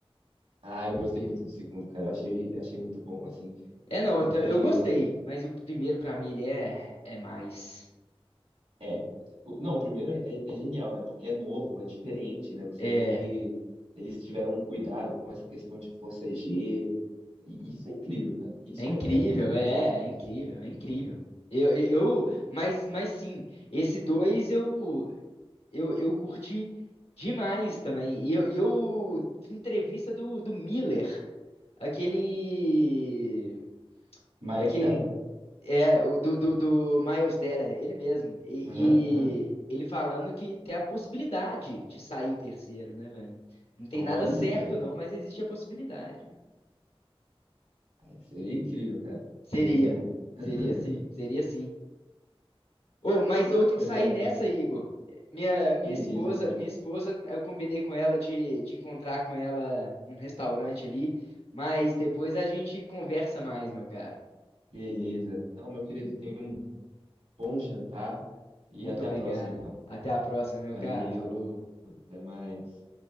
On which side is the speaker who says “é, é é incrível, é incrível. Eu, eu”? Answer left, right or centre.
Left